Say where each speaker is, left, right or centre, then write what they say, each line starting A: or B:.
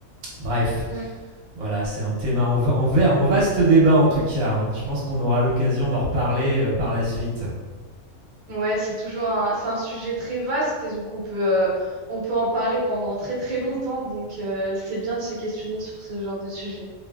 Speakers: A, on the right (about 70°); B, on the right (about 45°).
A: Bref,
B: Mm.
A: voilà, c'est un thème en, en en vaste débat en tout cas. hein. Je pense qu'on aura l'occasion d'en reparler euh, par la suite.
B: Ouais, c'est toujours un, c'est un sujet très vaste et donc on peut, euh, on peut en parler pendant très très longtemps. Donc euh, c'est bien de se questionner sur ce genre de sujet.